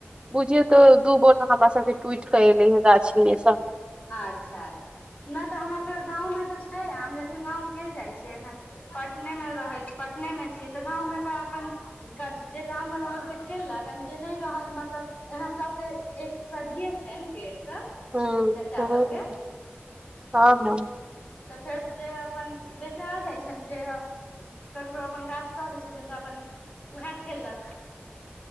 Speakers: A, on the right (about 25°); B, on the left (about 30°).
A: बुझियौ त दू बोरा हमरा सबके टुइट क‌‍ एले हे गाछीमे सँ
B: अच्छा अच्छा न त हमरा सबके गाँवमे तऽ छै आम लेकिन गाँंव के जाइ छै एखन पटने मे रहै छी पटने मे छी त गाँव मे त अपन हुनका जे गाममे रहल से खेलक जे नहि रहल मतलब यहाँ सबके एक सझिये छैन पेड़ सब
A: हूँ
B: चच्चा
A: हूँ
B: सब के
A: हँ हँ
B: त फेर जे अपन बेचा जाइ छैन जे ककरो अपन गाछ द दै छथिन त अपन ओहे खेलक